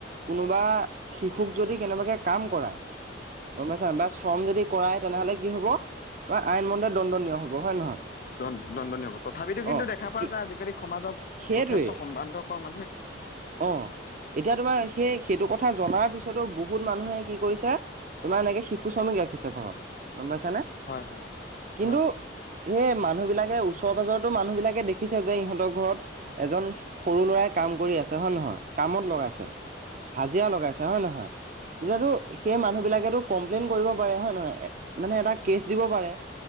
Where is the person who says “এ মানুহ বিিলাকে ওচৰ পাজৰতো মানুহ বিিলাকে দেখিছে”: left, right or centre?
Right